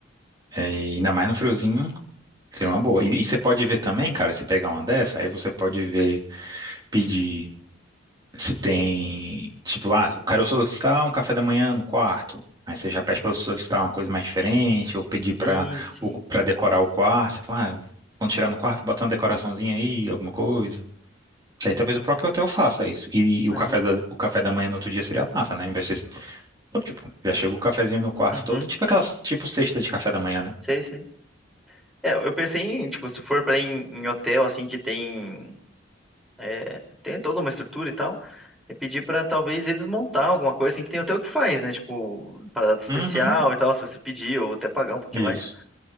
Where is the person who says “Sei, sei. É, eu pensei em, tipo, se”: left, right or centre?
Centre